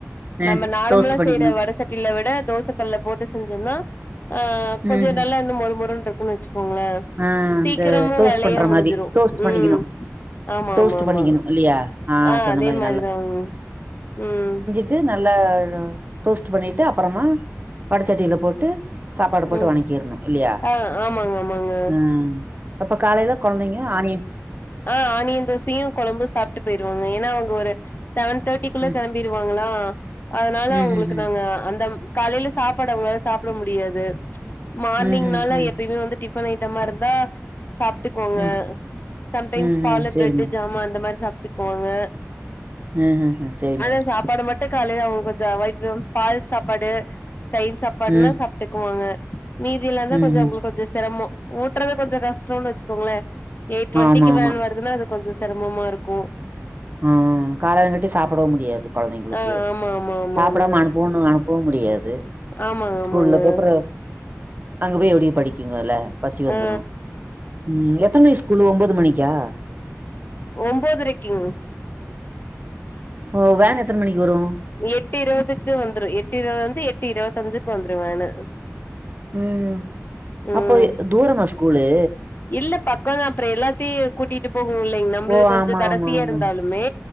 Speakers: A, on the right; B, on the left.
A: ம்
B: நம்ம நார்மலா
A: டோஸ்ட் பண்ணிக்கணு
B: செய்ற வட சட்டியில வெட தோச கல்ல போட்டு செஞ்சோன்னா ஆ கொஞ்சம்
A: ம் ம்
B: நல்லா இன்னும் மொறு மொறுன்னுருக்குன்ச்சு இருக்குங்க
A: ஆ
B: சீக்கிரமும்
A: அந்த டோஸ்ட்
B: வேலைய
A: பண்ற
B: முடிஞ்சிரும்
A: மாரி டோஸ்ட் பண்ணிக்கணு
B: ம் ஆமா
A: டோஸ்ட்
B: ஆமா ஆமா
A: பண்ணிக்கணு இல்லையா
B: ஆ
A: சொன்ன
B: அதே
A: மாரி
B: மாரிதா <unintelligible> ம்
A: வந்து நல்லா ரோஸ்ட் பண்ணிட்டு அப்புறமா வடச்சட்டியில போட்டு சாப்பாடு போட்டு
B: ம்
A: வணகிர்ணும் இல்லயா
B: ஆ ஆமாங்க ஆமாங்க
A: ம் அப்ப காலைல கொழந்தைங்க ஆணியன்
B: ஆங் ஆனியன் தோசயும் கொழம்பும் சாப்ட்டு போயிருவாங்க ஏனா அவுங்க ஒரு செவன் தேட் டிக்குள்ள
A: ம்
B: கெளம்பிருவாங்களா அதனால
A: ம்
B: அவுங்களுக்கு
A: ம் ம்
B: நாங்க அந்த காலைல சாப்பாடு அவுங்கலால சாப்புட முடியாது மார்னிங்னால
A: ம் ம் ம்
B: எப்பயுமே வந்து டி ஃபன் ஐட்டமா இருந்தா சாப்ட்டுக்குவாங்க
A: ம்
B: சம்டைம்ஸ்
A: ம்
B: பாலு
A: ம் சேரி
B: பிரெட்டு்
A: மேம்
B: ஜாமான் அந்த மாரி சாப்ட்டுக்குவாங்க
A: ம் ம் ம் சேரி
B: அதான்
A: மேம்
B: சாப்பாடு மட் டும் காலைல அவுங்க கொஞ்சம் அவாய்ட் ஃப்ரம் பால் சாப்பாடு தயிர் சாப்பாடுன்னா
A: ம்
B: சாப்ட்டுக்குவாங்க மீதியில்லாந்தான்
A: ம்
B: கொஞ்சம்
A: ம்
B: அவுங்களுக்கு கொஞ்சம் செரமம் ஊட்றது கொஞ்சம் கஷ்டோனு வச்சுக்கோங்ளேன் டுவண்ட்டிக்கு
A: ஆமா
B: வேன்
A: ஆமா
B: வருதுன்னா அது கொஞ்சம் செரமமா இருக்கும்
A: ம் காலலங்காட்டியும் சாப்புடவும் முடியாது கொழந்தைங்களுக்கு
B: ஆ ஆமா ஆமா ஆமா
A: சாப்டாம
B: ஆமா
A: அனுப்புவுனு அனுப் போ முடியாது
B: ஆமாங்க
A: ஸ்கூல்லக்கப்புறம்
B: ஆமாங்க
A: அங்க போயி எப்டி படிக்குங்கல பசி வந்துரும்
B: ஆ
A: ம் எத்தனைக் ஸ்கூலு ஒன்பது மணிக்கா
B: ஒன்பதுரைக்கிங்
A: ஓ வேன் எத்தன மணிக்கு வரும்
B: எட்டு இருவதுக்கு வந்துரும் எட்டு இருவது வந்து எட்டு இருவத்தஞ்சுக்கு வந்துரு வேனு
A: ம்
B: ம்
A: அப்போ தூரமா ஸ்கூலு
B: இல்ல பக்கொ தா அப்புறம் எல்லாத்தையும் கூட்டிட்டு போகும் இல்லைங் நம்மளது
A: ஓ
B: கொஞ்சம்
A: ஆமா
B: கடைசியா
A: ஆமா ஆமா
B: இருந்தாலுமே